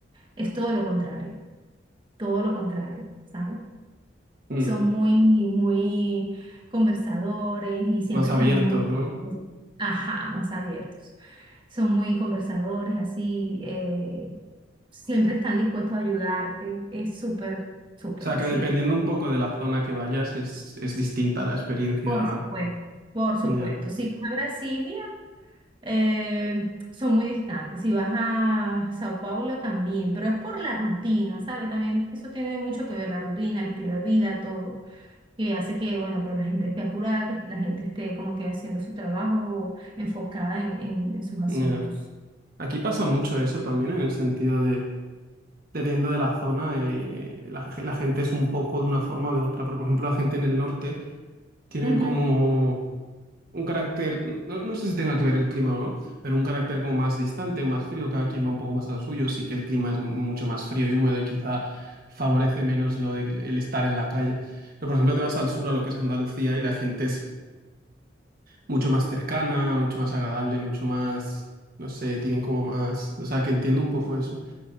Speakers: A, on the right; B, on the right.
A: es todo lo contrario, todo lo contrario, ¿sabes?
B: Mm,
A: Son muy, muy conversadores y siempre
B: Más
A: están
B: abiertos,
A: muy,
B: ¿no?
A: ajá, más abiertos. Son muy conversadores, así, eh, siempre están dispuestos a ayudarte. Es súper, súper
B: O sea,
A: así.
B: que dependiendo un poco de la zona que vayas, es, es distinta la experiencia.
A: Por supuesto, por supuesto.
B: Ya,
A: Si vas a Brasilia, eh, son muy distantes. Si vas a Sao Paulo también, pero es por la rutina, ¿sabes? También eso tiene mucho que ver, la rutina, el estilo de vida, todo. que hace que, bueno, pues la gente esté apurada, que la gente esté como que haciendo su trabajo enfocada en, en, en sus asuntos.
B: ya. Aquí pasa mucho eso también, en el sentido de, dependiendo de la zona, eh, la, ge- la gente es un poco de una forma o de otra. Pero, por ejemplo, la gente en el norte tienen
A: Ujú.
B: como un carácter, no, no sé si tenga que ver el clima o no, pero un carácter como más distante o más frío, cada quien va un poco más al suyo. Sí que el clima es mucho más frío y húmedo y quizá favorece menos lo de el estar en la calle. Pero, por ejemplo, te vas al sur, a lo que es Andalucía, y la gente es mucho más cercana, mucho más agradable, mucho más, no sé, tienen como más, o sea, que entiendo un poco eso.